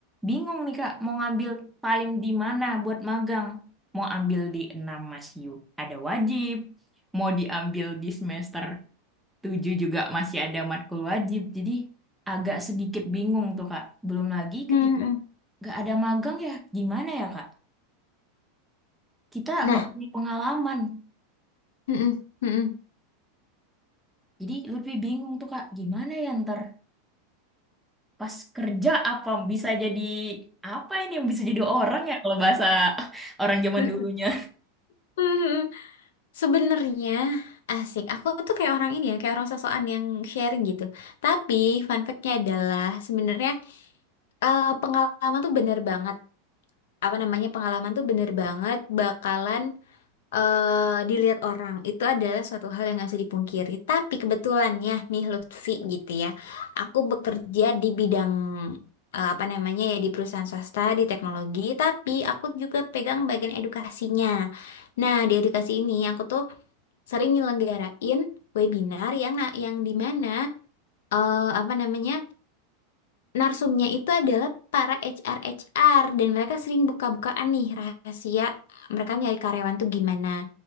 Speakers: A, in the centre; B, on the left.
A: bingung nih Kak, mau ngambil time di mana buat magang. Mau ambil di 6 masih ada wajib, mau diambil di semester 7 juga masih ada matkul wajib. Jadi agak sedikit bingung tuh Kak. Belum lagi
B: Mm-mm.
A: ketika
B: Mm-mm.
A: nggak ada magang ya gimana ya Kak? Kita
B: Nah,
A: nggak punya pengalaman.
B: mm-mm. Mm-mm.
A: Jadi lebih bingung tuh Kak, gimana ya ntar pas kerja apa bisa jadi apa ini yang bisa jadi orang ya kalau bahasa <laughs> orang zaman
B: <laughs>
A: dulunya.
B: Mhm. Sebenarnya asik. Aku tuh kayak orang ini ya, kayak orang sosokan yang sharing gitu. Tapi fun fact-nya adalah sebenarnya eh, pengalaman tuh bener banget. Apa namanya pengalaman tuh bener banget bakalan eh, dilihat orang itu adalah suatu hal yang nggak bisa dipungkiri. Tapi kebetulannya nih Lutfi gitu ya, aku bekerja di bidang eh, apa namanya ya di perusahaan swasta di teknologi, tapi aku juga pegang bagian edukasinya. Nah di edukasi ini aku tuh sering nyelenggarain webinar yang na- yang di mana eh, apa namanya narsumnya itu adalah para HR HR dan mereka sering buka-bukaan nih rahasia mereka nyari karyawan tuh gimana.